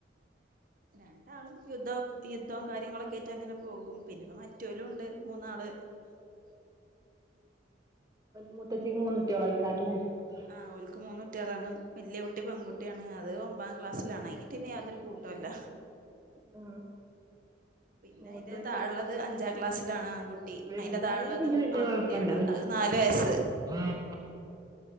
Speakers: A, on the right; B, on the right.
A: രണ്ടാളും യുദ്ധവും, യുദ്ധവും കാര്യങ്ങളൊക്കെ ആട്ട് അങ്ങനെ പോകും. പിന്നെ മറ്റൊരും ഉണ്ട് മൂന്നാള്. അ
B: മൂത്തച്ചിക്ക് മൂന്നുകുട്ടികൾ <unintelligible>
A: ആ ഓൽക്ക് മൂന്ന് കുട്ടികളാണ് വലിയ കുട്ടി പെൺകുട്ടിയാണ്. അത് ഒമ്പാം ക്ലാസ്സിലാണ്. അതിനി പിന്നെ യാതൊരു കൂട്ടംല്ല.
B: ആ
A: പിന്നെ
B: മൂത്തോര്
A: അതിന്റെ താഴുള്ളത്
B: പി
A: അഞ്ചാം ക്ലാസ്സിലാണ്. ആൺകുട്ടി
B: വലുതായ
A: അയിന്റെതാഴുള്ളതും
B: പിന്നെ വല്യ
A: ആൺകുട്ടിയാണ്.
B: കൊഴപ്പണ്ടാവൂല
A: അത് നാലു വയസ്.
B: ആഹ്